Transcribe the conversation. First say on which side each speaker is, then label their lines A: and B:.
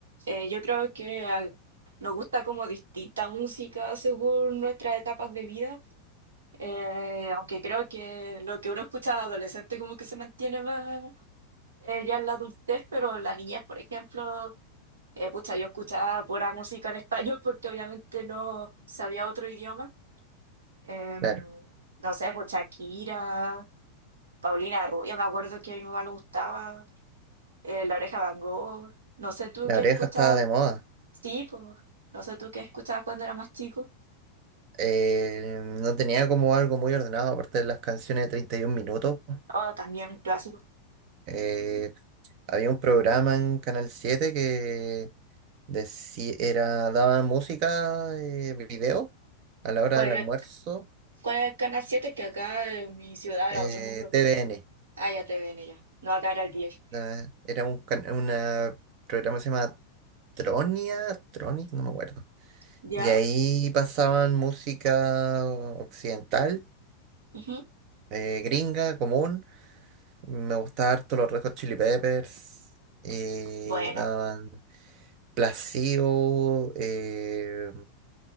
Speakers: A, on the right; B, on the right.
A: Eh, yo creo que a- nos gusta como distinta música según nuestras etapas de vida, eh, aunque creo que lo que uno escucha de adolescente como que se mantiene más eh, ya en la adultez, pero en la niñez, por ejemplo, eh, pucha, yo escuchaba pura música en español <laughs> porque obviamente no sabía otro idioma. Em,
B: Claro,
A: no sé, pues Shakira, Paulina Rubio, me acuerdo que a mi mamá le gustaba, eh, La Oreja Van Gogh, no sé tú
B: la
A: qué
B: oreja
A: escuchas
B: estaba de moda.
A: Sí, pues, no sé tú qué escuchabas cuando era más chico.
B: Eh, no tenía como algo muy ordenado, aparte de las canciones de 31 minutos.
A: Oh, también clásico.
B: Eh, había un programa en Canal Siete que decí- era, daban música, eh, video, a la hora
A: ¿Cuál
B: del
A: era,
B: almuerzo.
A: cuál era el canal siete Que acá en mi ciudad
B: Eh,
A: era otro número.
B: TVN.
A: Ah, ya te ven ya. No, acá era el diez.
B: eh, era un can- una programa que se llama Tronia, Tronic, no me acuerdo.
A: ¿Ya?
B: Y ahí pasaban música occidental,
A: Ujú.
B: eh, gringa, común Me gustaba harto los Red Hot Chili Peppers. eh,
A: Bueno,
B: daban Placebo, eh,